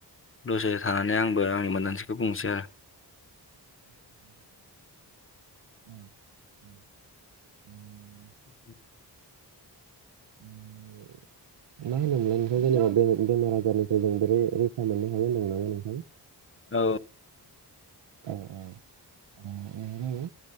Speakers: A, on the left; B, on the right.
A: दसे थानानै आंबो आंनि मोनदांथिखौ बुंनोसै आरो।
B: <inaudible> <unintelligible>
A: <inaudible> <unintelligible>
B: मा होनोमोनलाय नो? जेनेबा बेमार आजारनिफ्राय जों बोरै रैखा मोननो हायो होनदोंमोनलाय नोंथां।
A: औ।
B: औ - औ नंगौ।